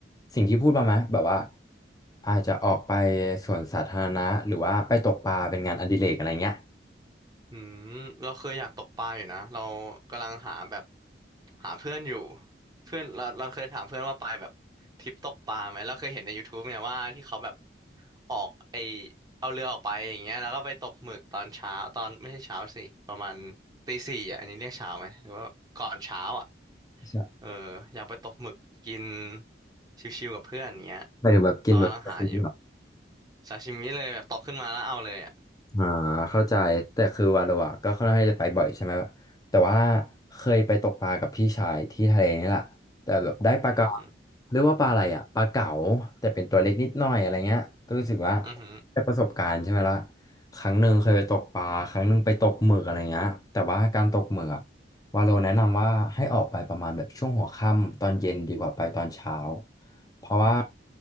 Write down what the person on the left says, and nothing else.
สิ่งที่พูดมาไหมแบบว่าอาจจะออกไปสวนสาธารณะหรือว่าไปตกปลาเป็นงานอดิเรกอะไรเงี้ย
ใช่
หมายถึงแบบกินแบบ
<laughs>
อ่าเข้าใจแต่คือวาโลอะก็ค่อนข้างจะไปบ่อยใช่ไหมแต่ว่าเคยไปตกปลากับพี่ชายที่ทะเลนี่แหละแต่แบบได้ปลากระ
เรียกว่าปลาอะไรอะปลาเก๋าแต่เป็นตัวเล็กนิดหน่อยอะไรเงี้ยก็รู้สึกว่า
ได้ประสบการณ์ใช่ไหมล่ะครั้งหนึ่งเคยไปตกปลาครั้งหนึ่งไปตกหมึกอะไรเงี้ยแต่ว่าการตกหมึกอะวาโลแนะนำว่าให้ออกไปประมาณแบบช่วงหัวค่ำตอนเย็นดีกว่าไปตอนเช้า เพราะว่า